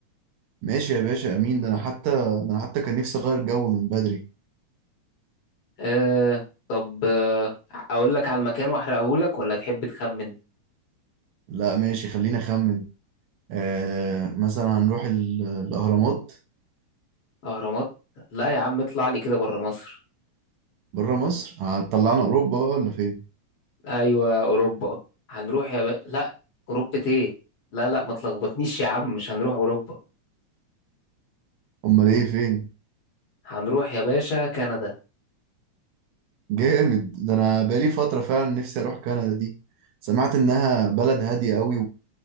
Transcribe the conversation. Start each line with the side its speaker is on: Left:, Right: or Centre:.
Right: ماشي يا باشا امين ده انا حتى ده انا حتى كان نفسي اغير جو من بدري
Left: أه طب آه، اقول لك على المكان واحرقه لك ولا تحب تخمن
Right: لا ماشي خلينا اخمن آه مثلا هنروح ال- الاهرامات
Left: اهرامات لا يا عم اطلع لي كده بره مصر
Right: بره مصر هتطلعنا اوروبا بقى ولا فين
Left: ايوه اوروبا هنروح يا بقى لا اوروبا ايه لا لا ما تلخبطنيش يا عم مش هنروح اوروبا
Right: امال ايه فين
Left: هنروح يا باشا كندا
Right: جامد ده انا بقالي فترة فعلا نفسي اروح كندا دي سمعت انها بلد هادية قوي